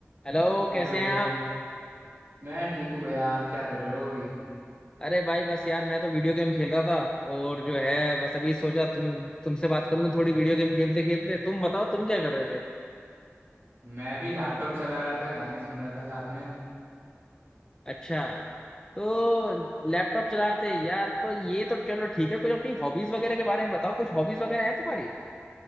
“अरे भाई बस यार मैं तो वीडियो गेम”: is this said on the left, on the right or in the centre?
Left